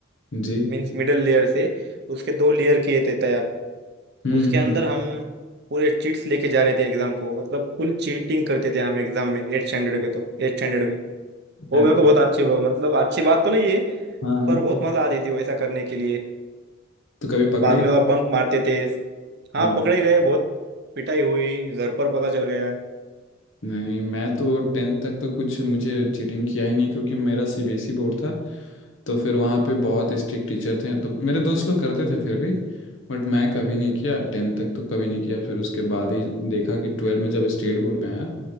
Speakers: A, on the left (about 70°); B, on the right (about 60°).
A: जी
B: मीन्स मिडल लेयर से उसके दो लेयर किए थे तैयार
A: हम्म
B: उसके
A: हम्म,
B: अंदर
A: हम्म।
B: हम पूरे चीट्स लेके जा रहे थे एग्जाम को मतलब फुल चीटिंग करते थे हम एग्जाम में एट स्टैंडर्ड पे तो एट स्टैंडर्ड में वो
A: अरे
B: मेरे को बहुत अच्छी मतलब अच्छी बात तो नहीं है
A: हाँ
B: पर बहुत मजा आती थी वैसा करने के लिए
A: तो कभी पकड़े
B: बाद में और बंक मारते थे हाँ
A: नहीं
B: पकड़े गए बहुत पिटाई हुई घर पर पता चल गया
A: नहीं मैं तो टेंथ तक तो कुछ मुझे चीटिंग किया ही नहीं क्योंकि मेरा सीबीएसई बोर्ड था तो फिर वहाँ पे बहुत स्ट्रिक्ट टीचर थे तो मेरे दोस्त लोग करते थे फिर भी बट मैं कभी नहीं किया टेंथ तक तो कभी नहीं किया फिर उसके बाद ही देखा कि ट्वेल्व में जब स्टेट बोर्ड में आया